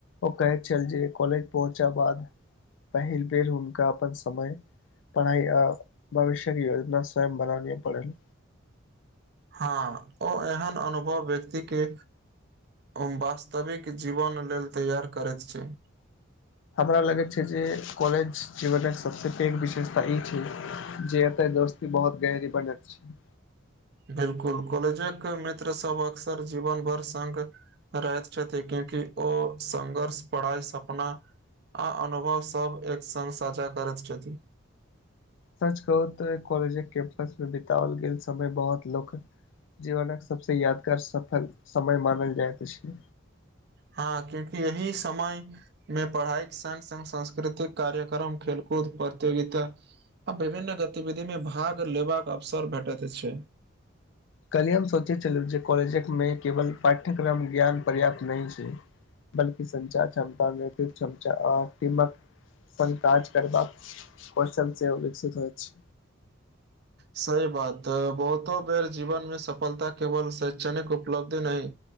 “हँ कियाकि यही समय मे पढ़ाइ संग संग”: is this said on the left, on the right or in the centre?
Right